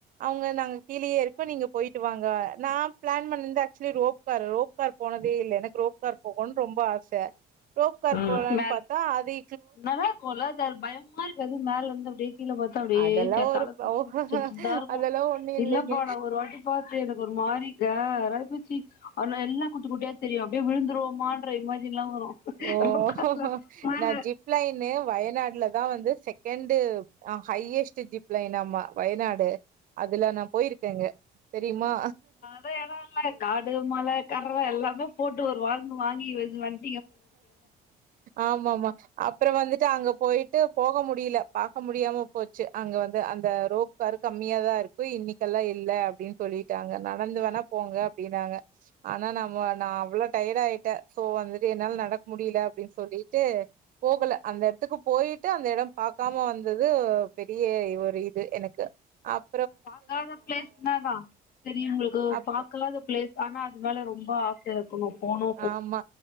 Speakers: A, on the right; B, on the left.
A: அவங்க நாங்க கீழேயே இருக்கோ நீங்க போய்ட்டு வாங்க நா ப்ளன் பண்ணிந்த ஆக்சுவலி ரோப்கார் ரோப்கார் போனதே இல்ல எனக்கு ரோப்கார் போகணு ரொம்ப ஆச ரோப்கார்
B: ம்
A: போலான்
B: மேல
A: பாத்தா அதி
B: நல்லா இருக்குல்ல அது அது பயம்மா இருக்காது மல இருந்து அப்டியே கீழ பாத் தா அப்டியே
A: அதெல்லா
B: க
A: ஒரு
B: தல சுத்து
A: ஓ
B: சின் சின்னதா இருக்கு
A: அதெல்லா ஒண்ணு இல்லைங்க
B: இல்லப்பா நா ஒரு வாட்டி பாத்து எனக்கு ஒரு மாறி கரா ஆய் போச்சி ஆனா எல்லா குட்டி குட்டியா தெரியு அப்டியே விழுந்துடுவமான்ற இமஜின்லா வரு
A: ஓஹோ
B: ரோப்கார்ல
A: ஹோ
B: மேல
A: நா ஜிப் லைனு வயநாடுல தா வந்து செகண்டு் ஹையஸ்ட் ஜிப் லைனாம்மா வயநாடு அதுல நா போய்ருக்கங்க தெரிமா
B: து எடோயில்ல காடு மல கற்வ எல்லாமே போட்டு ஒரு வாங்கு வாங்கி வெஞ் வந்
A: ஆமாமா அப் அப்றோ வந்துட்டு அங்க போய்ட்டு போக முடியில பாக்க முடியாம போச்சு அங்க வந்து அந்த ரோப் கார் கம்மியாதா இருக்கு இன்னிக்கெல்லா இல்ல அப்டின் சொல்லிட்டாங்க நடந்து வேணா போங்க அப்டின்னாங்க ஆனா நாம நா அவ்ளோ டயர்ட் ஆயிட்ட சோ வந்துட்டு என்னால நடக்க முடியில அப்டின் சொல்லிட்டு போகல அந்த எட்துக்கு போயிட்டு அந்த எடம் பாக்காம வந்தது அ பெரிய ஒர் இது எனக்கு அப்
B: பாக்காத ப்ளேஸ் இன்னதா சரி உங்ளுக்கு
A: அப்
B: பாக்ளாத ப்ளேஸ் ஆனா அது மேல ரொம்ப ஆசையா இர்க் ஒன்னுப்போனோ
A: ஆமா